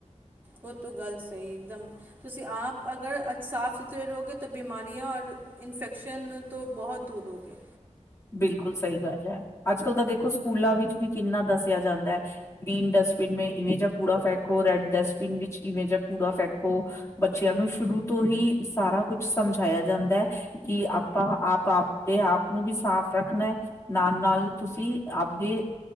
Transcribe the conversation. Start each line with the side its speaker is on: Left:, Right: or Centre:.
Right: ਉਹ ਤੋਂ ਗੱਲ ਸਹੀ ਇੱਕਦਮ ਤੁਸੀਂ ਆਪ ਅਗਰ ਸਾਫ਼ ਸੁਥਰੇ ਰਹੋਗੇ ਤਾਂ ਬਿਮਾਰੀਆਂ ਔਰ ਇਨਫੈਕਸ਼ਨ ਤੋਂ ਬਹੁਤ ਦੂਰ ਹੋ ਗਏ
Left: ਬਿਲਕੁਲ ਸਹੀ ਗੱਲ ਹੈ ਅੱਜ ਕੱਲ ਤਾਂ ਦੇਖੋ ਸਕੂਲਾਂ ਵਿੱਚ ਵੀ ਕਿੰਨਾ ਦੱਸਿਆ ਜਾਂਦਾ ਹੈ ਗ੍ਰੀਨ ਡਸਟਬਿਨ ਮ ਇਵੇਂ ਜਹਾ ਕੂੜਾ ਫੈਕੋ ਰੈਡ ਡਸਟਬਿਨ ਵਿੱਚ ਇਵੇਂ ਜ ਕੂੜਾ ਫੈਕੋ ਬੱਚਿਆਂ ਨੂੰ ਸ਼ੁਰੂ ਤੋਂ ਹੀ ਸਾਰਾ ਕੁਛ ਸਮਝਾਇਆ ਜਾਂਦਾ ਹੈ ਕਿ ਆਪਾਂ ਆਪ ਆਪਦੇ ਆਪ ਨੂੰ ਵੀ ਸਾਫ਼ ਰੱਖਣਾ ਨਾਲ ਨਾਲ ਤੁਸੀਂ ਆਪਦੇ